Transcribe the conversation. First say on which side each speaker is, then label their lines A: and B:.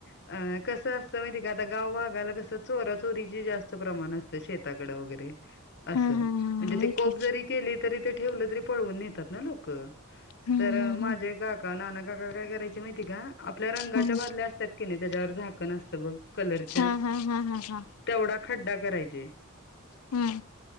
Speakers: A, on the left; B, on the left.
A: अ कसं अस तं माहिती का आता गावभगाला कसं चोरा चोरीची जास्त प्रमाण असतं शेताकडं वगैरे असं
B: हा हा हा
A: म्हणजे
B: होय
A: ते कोप
B: की
A: जरी केली तरी ते ठेवलं तरी पळवून नेतात ना लोकं
B: हम्म
A: तर
B: हम्म
A: माझे काका नाना काका काय करायचे माहितीय का? आपल्या रंगाच्या
B: हम्म
A: बादल्या असतात की नाही त्याच्यावर झाकण असतं ब कलरच्या
B: हा हा हा हा हा
A: तेवढा खड्डा करायचे.
B: हम्म.